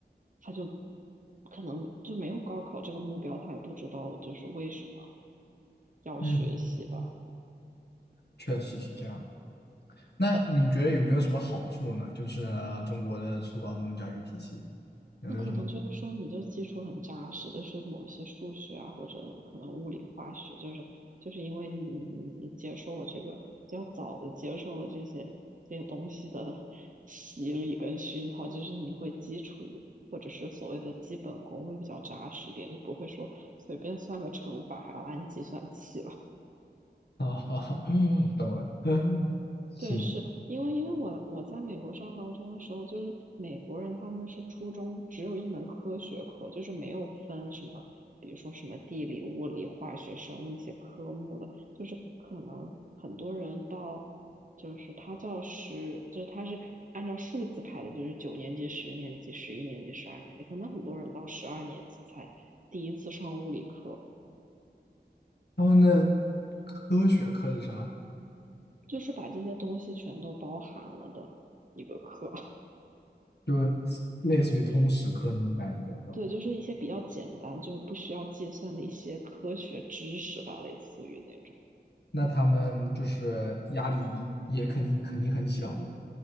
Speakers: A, on the right; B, on the left.
A: 他就可能就没有高考这个目标，他也不知道就是为什么要学习吧。
B: 嗯，确实是这样。那你觉得有没有什么好处呢？就是呃中国的初高中教育体系有没有什么？
A: 那可能就是说，你就基础很扎实，就是某一些数学啊，或者可能物理、化学，就是就是因为你你你接受了这个比较早的接受了这些这些东西的 <laughs> 洗礼跟熏陶，就是你会基础或者是所谓的基本功会比较扎实一点，就不会说随便算个乘法还要按计算器吧。
B: <laughs> 好好好，懂了。<laughs> 行，
A: 对，是因为因为我我在美国上高中的时候，就是美国人他们是初中只有一门科学课，就是没有分什么，比如说什么地理、物理、化学、生物那些科目的，就是可能很多人到就是他教师，就是他是按照数字排的，就是九年级、十年级、十一年级、十二年级，可能很多人到十二年级才第一次上物理课，
B: 他们的科学课是啥？
A: 就是把这些东西全都包含了的一个课。
B: 就是类似于通识课那种感觉，是吧？
A: 对，就是一些比较简单，就是不需要计算的一些科学知识吧，类似于那种。
B: 那他们就是压力也肯定肯定很小咯。